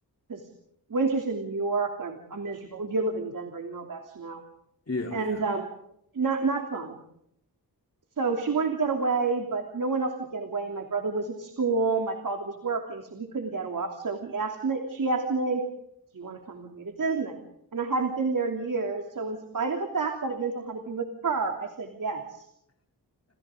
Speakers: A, on the right; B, on the left.
A: because winters in New York are, are miserable. If you're living in Denver, you know about snow
B: Yeah,
A: and
B: oh, yeah.
A: um, not not fun. So she wanted to get away, but no one else could get away. My brother was at school. My father was working, so he couldn't get off. So he asked me. She asked me, "Do you want to come with me to Disney?" And I hadn't been there in years. So in spite of the fact that it meant I had to be with her, I said yes